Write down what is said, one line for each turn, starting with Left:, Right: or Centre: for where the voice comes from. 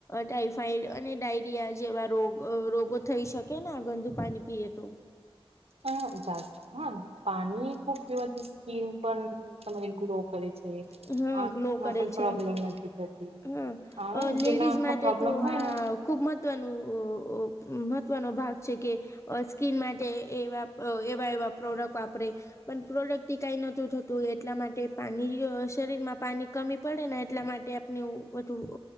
Left: ટાઈફાઈડ અને ડાઈ જેવા રોગ રોગો થઈ શકે ને ગંદુ પાણી પીએ તો
Right: હાત હા પાણી ખૂબ પીવાથી સ્કીન પણ તમારે ગ્લો કરે છે
Left: હા
Right: આંખમાં
Left: ગ્લો કરે
Right: પણ
Left: છે
Right: પ્રોબ્લેમ નથી થતી
Left: હા
Right: હ
Left: લેડીઝ
Right: જેના આંખમાં
Left: માટે
Right: પ્રોબ્લેમ
Left: તો
Right: હોય
Left: આ
Right: ને
Left: ખૂબ મહત્ત્વનું મહત્ત્વનો ભાગ છે કે અ સ્કીન માટે એવા એવા એવા પ્રોડક્ટ વાપરે પણ પ્રોડક્ટ ટી કાઈ નતું થતું એટલા માટે પાણી શરીરમાં પાણી કમી પડે ને એટલા માટે આપણે બધું